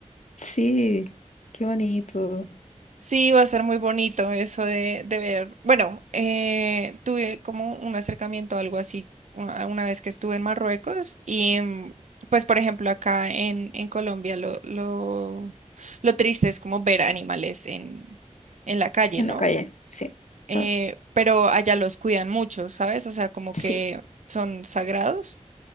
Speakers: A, on the left; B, on the right.
A: Sí, qué bonito.
B: Sí, va a ser muy bonito eso de, de ver. Bueno, eh, tuve como un acercamiento, algo así, una, una vez que estuve en Marruecos y mm, pues, por ejemplo, acá en, en Colombia lo, lo, lo triste es como ver animales en, en la calle,
A: En
B: ¿no?
A: la calle, sí,
B: eh,
A: claro.
B: pero allá los cuidan mucho, ¿sabes? O sea, como
A: Sí,
B: que son sagrados,